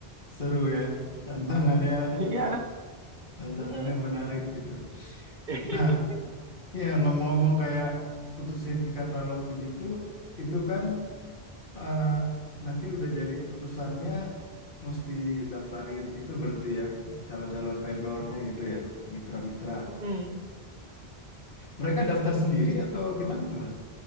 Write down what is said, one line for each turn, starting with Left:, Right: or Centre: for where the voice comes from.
Left: seru ya. Tantangannya,
Right: iya
Left: tantangannya
Right: mm-mm.
Left: menarik gitu.
Right: <laughs>
Left: Nah, ya ngomong-ngomong kayak putusin e-katalog begitu, itu kan eh, nanti udah jadi keputusannya mesti daftarin. Itu berarti ya calon-calon vendornya gitu ya, mitra-mitra.
Right: Mm-mm.
Left: Mereka daftar sendiri atau gimana tuh Mas?